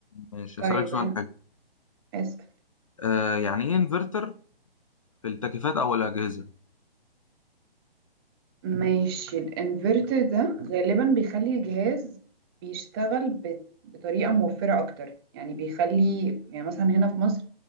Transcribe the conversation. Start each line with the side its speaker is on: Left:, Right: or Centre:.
Left: ماشي
Right: طيب
Left: هسألك سؤال
Right: انا
Left: حلو
Right: اسأل
Left: آه، يعني ايه انفرتر في التكييفات او الاجهزه
Right: ماشي الانفرتر ده غالبا بيخلي الجهاز بيشتغل ب- بطريقة موفرة اكتر يعني بيخلي يعني مثلا هنا في مصر